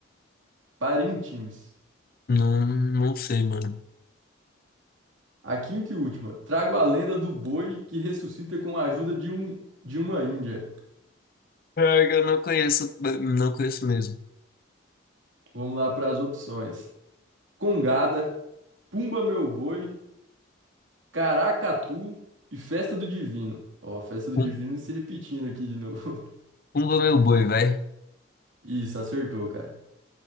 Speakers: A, on the right (about 75°); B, on the left (about 45°).
A: Parintins.
B: Não, não sei, mano.
A: A quinta e última. Trago a lenda do boi que ressuscita com a ajuda de um de uma índia.
B: É, que Eu não conheço, não conheço mesmo.
A: Vamos lá para as opções. Congada, Pumba Meu Boi, Caracatu e Festa do Divino. Ó, a Festa do
B: Pum-
A: Divino se repetindo aqui de novo. <laughs>
B: Pumba meu boi, vai.
A: Isso, acertou, cara.